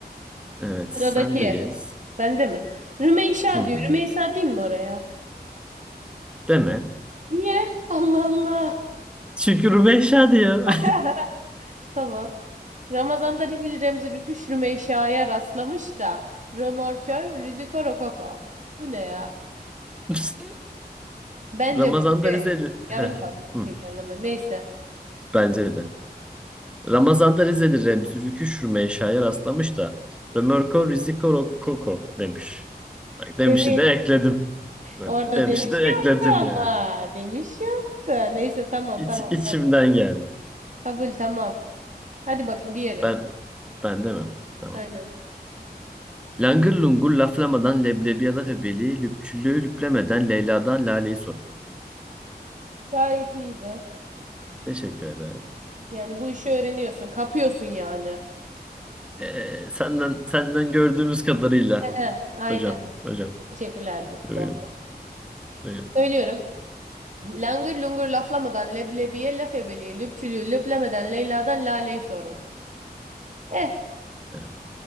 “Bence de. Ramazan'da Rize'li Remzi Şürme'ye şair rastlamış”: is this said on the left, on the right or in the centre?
Centre